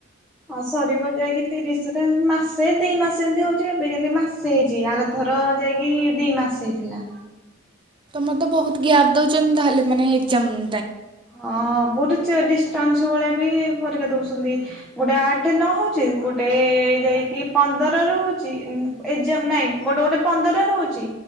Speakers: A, in the centre; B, on the right.
A: ହଁ ସରିବ ଯାଇକି ତିରିଶରେ ମାସେ ଦି ମାସ ଏମତି ହଉଛି ଏବେ କେମତି ମାସେ ହେଇଛି ଆରଥର ଯାଇକି ଦି ମାସ ହେଇଥିଲା।
B: ମୋତେ ବହୁତ ଗ୍ୟାପ୍ ଦେଉଛନ୍ତି ତାହେଲେ ମାନେ ଏକ୍ଜାମ
A: ହଁ। ଗୋଟେ ଡିଷ୍ଟାନ୍ସ ଭଳିଆ ବି ପରୀକ୍ଷା ଦଉଛନ୍ତି ଗୋଟେ ଆଠ ନ ହଉଛି ଗୋଟେ ଯାଇକି ପନ୍ଦରରେ ହଉଛିଏଜାମ ନାଇଁ ଗୋଟେ ଗୋଟେ ପନ୍ଦରରେ ହଉଛି